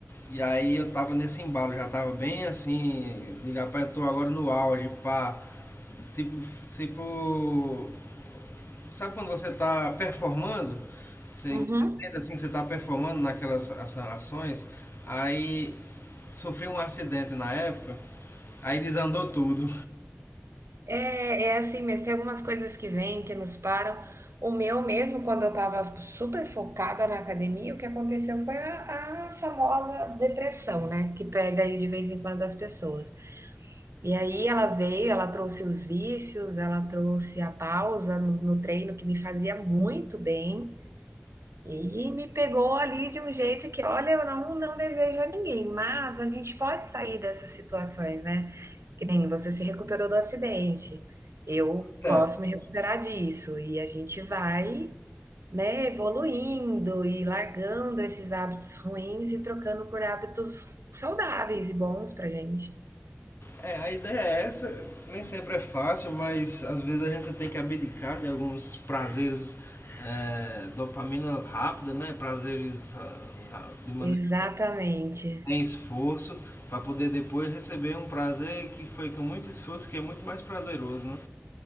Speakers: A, on the left; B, on the right.
A: e aí eu tava nesse embalo, já tava bem assim, de rapaz, eu tô agora no auge, pá. Tipo, tipo. Sabe quando você está performando? Você sente
B: Uhum.
A: assim que você está performando naquelas essa- ações. Aí sofreu um acidente na época. Aí desandou tudo.
B: É, é assim mesmo. Tem algumas coisas que vêm, que nos param. O meu mesmo, quando eu tava super focada na academia, o que aconteceu foi a, a famosa depressão, né? Que pega aí de vez em quando as pessoas. E aí ela veio, ela trouxe os vícios, ela trouxe a pausa no, no treino, que me fazia muito bem. E me pegou ali de um jeito que, olha, eu não, não desejo a ninguém, mas a gente pode sair dessas situações, né? Que nem você se recuperou do acidente, eu
A: <laughs>
B: posso me recuperar disso. E a gente vai, né, evoluindo e largando esses hábitos ruins e trocando por hábitos saudáveis e bons pra gente.
A: É, é, a ideia é essa, nem sempre é fácil, mas às vezes a gente tem que abdicar de alguns prazeres, é, dopamina rápida, né? Prazeres ah, ah, de maneira
B: Exatamente.
A: sem esforço, para poder depois receber um prazer que foi com muito esforço, que é muito mais prazeroso, né?